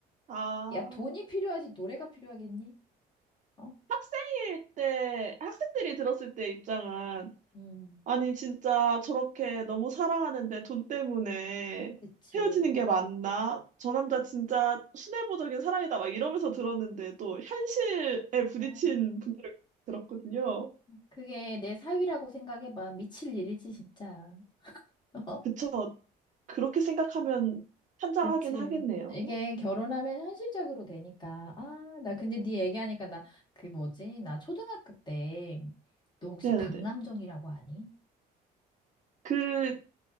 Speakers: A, on the right; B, on the left.
A: 아,
B: 야, 돈이 필요하지 노래가 필요하겠니? 어?
A: 학생일 때, 학생들이 들었을 때 입장은,
B: 음,
A: 아니, 진짜 저렇게 너무 사랑하는데 돈 때문에
B: 그치.
A: 헤어지는 게 맞나? 저 남자 진짜 순애보적인 사랑이다. 막 이러면서 들었는데, 또 현실에 부딪힌
B: 아
A: 분들을 들었거든요.
B: 그게 내 사위라고 생각해봐. 미칠 일이지, 진짜. <laughs>
A: 그쵸. 그렇게 생각하면 환장하긴
B: 그치.
A: 하겠네요.
B: 이게 결혼하면 현실적으로 되니까. 아, 나 근데 네 얘기하니까 나, 그 뭐지? 나 초등학교 때, 너 혹시
A: 네네네.
B: 박남정이라고 아니?
A: 그